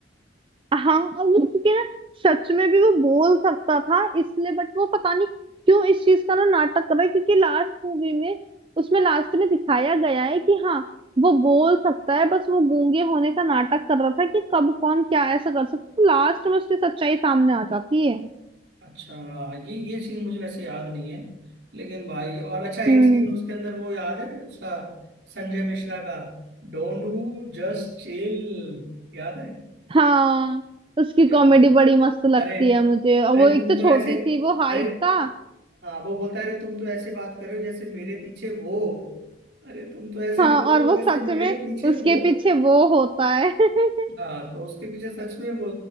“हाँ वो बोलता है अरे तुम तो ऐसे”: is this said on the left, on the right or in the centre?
Right